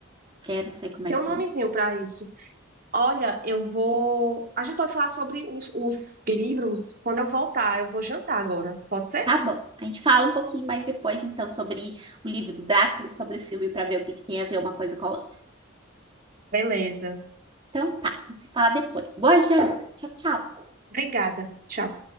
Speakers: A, on the right; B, on the right.
A: É, não sei como é
B: Tem
A: que.
B: um nomezinho pra isso. Olha, eu vou. A gente pode falar sobre os, os livros quando eu voltar. Eu vou jantar agora. Pode ser?
A: Tá bom, a gente fala um pouquinho mais depois, então, sobre o livro do Drácula e sobre o filme, para ver o que, que tem a ver uma coisa com a outra.
B: Beleza.
A: Então, tá, a gente se fala depois. Boa janta, tchau, tchau.
B: Obrigada. Tchau.